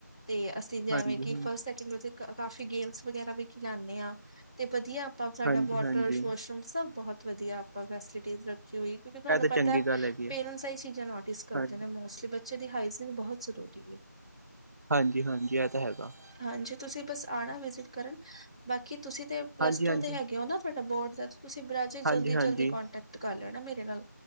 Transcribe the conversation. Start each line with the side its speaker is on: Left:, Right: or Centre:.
Left: ਤੇ ਤੇ
Right: ਹਾਂਜੀ
Left: ਐਵੇਂ ਕੀ
Right: ਹਾਂਜੀ
Left: ਫਸਟ ਸੈਕਿੰਡ ਰੋਜ ਕਾਫੀ ਗੇਮਸ ਵਗੈਰਾ ਵੀ ਖਿਲਾਂਨੇ ਆ ਤੇ ਵਦੀਆ ਆਪਾਂ ਸਾਡਾ
Right: ਹਾਂਜੀ
Left: ਵੋਟਰ
Right: ਹਾਂਜੀ
Left: ਵੋਸ਼ਰੂਮ ਸਬ ਬਹੋਤ ਵਦੀਆ ਆਪਾਂ ਫੈਸਿਲਿਟੀਜ਼ ਰੱਖੀ ਹੋਈ ਕਿਓਂਕਿ ਸਾਨੂੰ
Right: ਇਹ ਤਾਂ ਚੰਗੀ
Left: ਪਤਾ
Right: ਗੱਲ ਹੈਗੀ
Left: ਪੇਰੈਂਟਸ
Right: ਆ
Left: ਏ ਈ ਚੀਜ਼ਾਂ ਨੋਟਿਸ ਕਰਦੇ
Right: ਹਾਂਜੀ
Left: ਨੇ ਮੋਸਟਲੀ ਬੱ ਬੱਚੇ ਦੀ ਹਾਈਜ਼ਨ ਬਹੁ ਜ਼ਰੂਰੀ ਐ।
Right: ਹਾਂਜੀ-ਹਾਂਜੀ ਐ ਤਾਂ ਹੈਗਾ।
Left: ਹਾਂਜੀ ਤੁਸੀਂ ਬਸ ਆਨਾ ਵਿਜਿਟ ਕਰਨ, ਬਾਕੀ ਤੁਸੀਂ ਤੇ ਪਲੱਸ
Right: ਹਾਂਜੀ
Left: ਟੂ
Right: ਹਾਂਜੀ
Left: ਦੇ ਹੈਗੇ ਓ ਨਾ। ਤੁਆਡਾ ਬੋਰਡ ਦਾ ਤੁਸੀਂ ਬ ਰਾਜੇ
Right: ਹਾਂਜੀ
Left: ਜਲਦੀ-ਜਲਦੀ
Right: ਹਾਂਜੀ
Left: ਕੋਂਟੈਕਟ ਕਰ ਲੈਨਾ ਮੇਰੇ ਨਾਲ